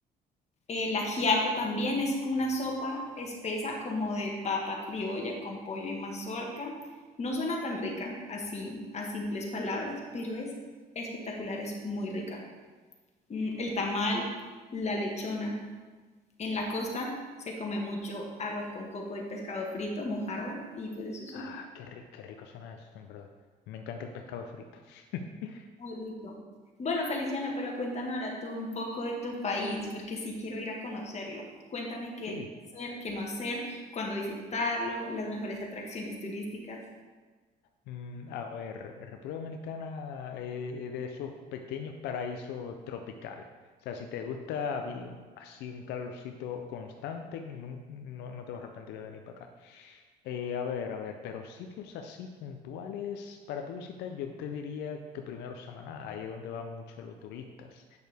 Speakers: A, on the left; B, on the left.
A: El ajiaco también es una sopa espesa como de papa criolla con pollo y mazorca. No suena tan rica así a simples palabras, pero es espectacular, es muy rica. Mm, El tamal, la lechona. En la costa se come mucho arroz con coco y pescado frito, mojarra, y pues eso es
B: Ah,
A: un
B: qué rico, qué rico suena eso, en verdad. Me encanta el pescado frito. <laughs>
A: Muy rico. Bueno, Feliciano, pero cuéntame ahora tú un poco de tu país, porque sí quiero ir a conocerlo. Cuéntame qué
B: Sí,
A: hacer, qué no hacer, cuándo visitarlo, las mejores atracciones turísticas.
B: mm, a ver, República Dominicana eh, es de esos pequeños paraísos tropicales. O sea, si te gusta vi- así un calorcito constante, nun- no, no te vas a arrepentir de venir para acá. Eh, a ver, a ver, pero sitios así puntuales para tu visita, yo te diría que primero Samaná, ahí es donde van muchos los turistas.